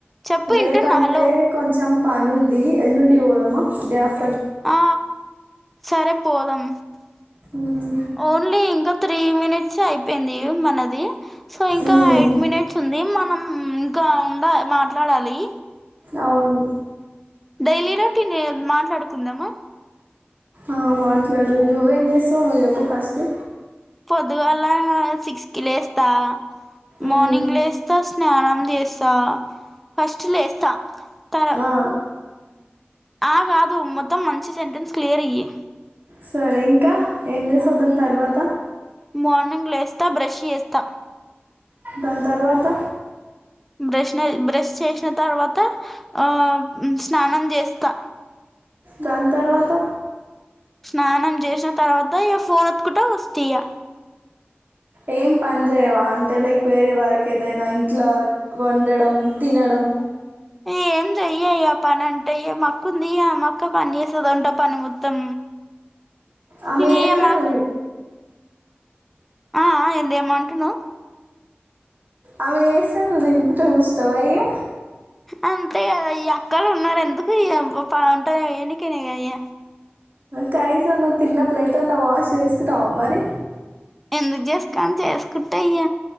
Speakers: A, in the centre; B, on the right.
A: చెప్పు
B: రేపు
A: వింటున్నా
B: అంటే
A: హలో
B: కొంచెం పనుందీ ఎల్లుండి పోదాం. మ డే ఆఫ్
A: ఆ సరే పోదం.
B: మ్మ్.
A: ఓన్లీ ఇంక త్రీ మినిట్సే అయిపోయిందీ మనదీ సో ఇంకా
B: మ్మ్.
A: ఎయిట్ మినిట్స్ ఉంది మనం ఇంకా ఉండాయ్ మాట్ ట్లాడాలీ
B: అవును
A: డైలీ రోటీనే కద మాట్లాడు కుందామా
B: ఆ మాట్లాడదు నువ్వేం చేస్తావు నువ్వు చెప్పు ఫస్టు
A: పొద్దుగాల సిక్స్ కి లేస్తా మార్నింగ్
B: మ్మ్.
A: లేస్తా స్నానం చేస్తా ఫస్టు లేస్ త్త తర
B: ఆ,
A: ఆ గాదు మొత్తం మ చీ సెంటెస్ క్లియర్ ఇయ్యి
B: సరే ఇంకా ఏం చేసావ్ దాని తర్వాత
A: మార్నింగ్ లేస్తా బ్రష్ చేస్తా
B: దాని తర్వాత
A: బ్రష్ న బ్రష్ చేస్ న తర్వాత ఆ స్నానం చేస్తా
B: దాని తర్వాత
A: స్నానం చేసిన తర్వాత ఇక ఫోన్ ఒత్తుకుంట వస్తయా
B: ఏం పని చేయవా అంటే లైక్ వేరే వారికి ఏదైనా ఇంట్లో వండడం తినడం
A: ఏం చెయ్యా ఆ పని అంటే మాఅక్క ఉందిగా మా అక్క పని చేసేదంటా పని మొత్తం
B: ఆమె
A: ఇగ
B: చేస్తే
A: మా
B: నుది
A: ఆ ఆ ఏంది ఏమంటున్నవ్
B: అవి ఏస్తాను నువ్వు తినుకుంట చూస్తా వా ఏ
A: అంతే కదా ఈ అక్కలు ఉన్నారు ఎందుకు ఇ ఉంటారు ఎనకనే అయ్య
B: కనీసం నువ్వు తిన్న ప్లేట్ అన్న వాష్ చేసుకుంటావ మరి
A: ఎందుకు చేసుకోను చేసుకుంట్టయ్య